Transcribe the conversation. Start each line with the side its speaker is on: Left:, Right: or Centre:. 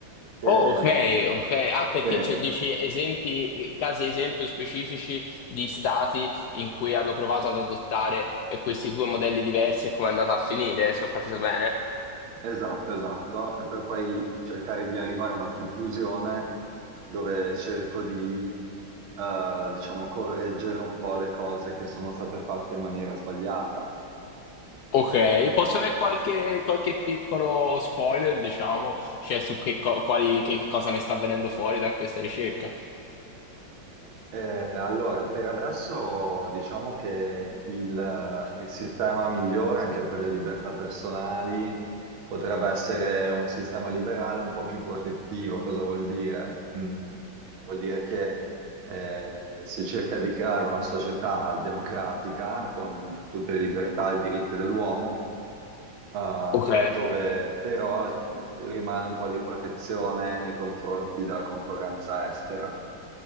Right: Che-
Left: Oh, ok, ok. Ah, perché
Right: sì,
Left: cioè, dici esempi, eh, casi esempio specifici di stati in cui hanno provato ad adottare eh, questi due modelli diversi e come è andata a finire, se ho capito bene.
Right: esatto, esatto, e per poi cercare di arrivare a una conclusione dove cerco di eh, diciamo, correggere un po' le cose che sono state fatte in maniera sbagliata.
Left: Ok, posso avere qualche, qualche piccolo spoiler, diciamo, cioè su che, co- quali, che che cosa ne sta avvenendo fuori da questa ricerca?
Right: Eh, allora, per adesso diciamo che il, il sistema migliore anche per le libertà personali potrebbe essere un sistema liberale un po' più protettivo. Cosa vuol dire? Mm, vuol dire che eh, si cerca di creare una società democratica con tutte le libertà e i diritti dell'uomo, eh,
Left: Ok,
Right: dove però rimane un po' di protezione nei confronti della concorrenza estera